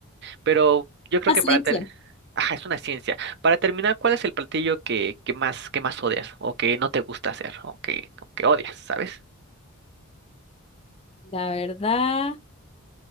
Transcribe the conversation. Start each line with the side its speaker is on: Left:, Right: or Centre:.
Right: Pero yo creo
Left: una
Right: que
Left: ciencia.
Right: para ter... Ajá, es una ciencia. Para terminar, ¿cuál es el platillo que, que más, que más odias o que no te gusta hacer o que, o que odias, ¿sabes?
Left: La verdad,